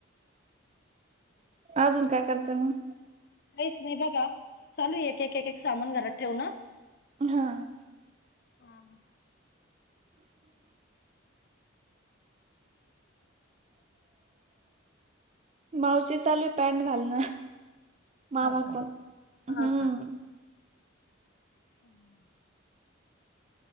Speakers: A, on the right; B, on the left.
A: अजून काय करता मग?
B: काहीच नाही बघा, चालू एक एक एक सामान घरात ठेवनं.
A: हा,
B: अं,
A: मावची चालू आहे पॅन्ट घालणं. मामा
B: हा का
A: कोण, हम्म.
B: हा हम्म.